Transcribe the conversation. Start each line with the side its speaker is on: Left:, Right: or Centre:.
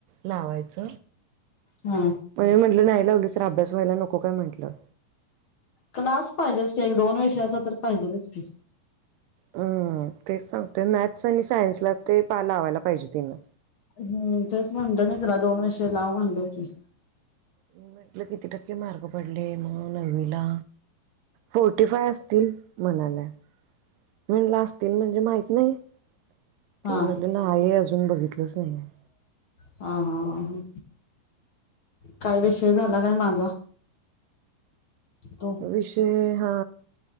Right: लावायच
Left: हा
Right: म्हण म्हटलं नाही लावली. अभ्यास व्हायला नको काय म्हटलं
Left: क्लास पाहिजेच नाही एक दोन विषयाचा तर पाहिजेच नाही
Right: हम्म तेच सांगतय मॅथ्स आणि सायन्सला ते पा लावायला पाहिजे तिनं
Left: हम्म तेच म्हणत ना तुला दोन वर्षे लाव म्हणलं की
Right: मी म्हटलं किती टक्के मार्ग पडले म नवीला फोर्टी फाय असतील म्हणाला म्हणला असतील म्हणजे माहित नाही ते
Left: हा
Right: म्हणाले ना आय अजून बघितलंच नाही आहे
Left: हा हा हा हा काय विषय झाला काय माझा तो
Right: अविष्य हा